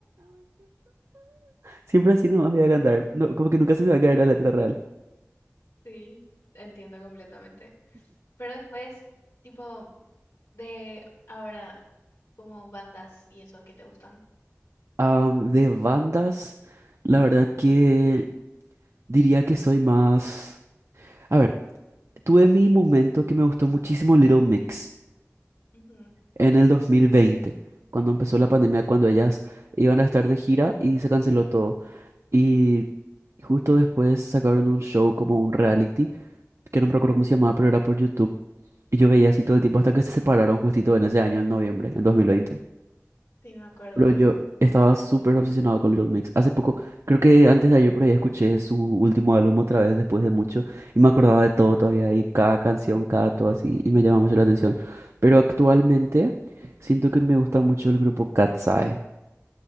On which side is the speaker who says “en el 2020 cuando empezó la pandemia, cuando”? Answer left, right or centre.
Right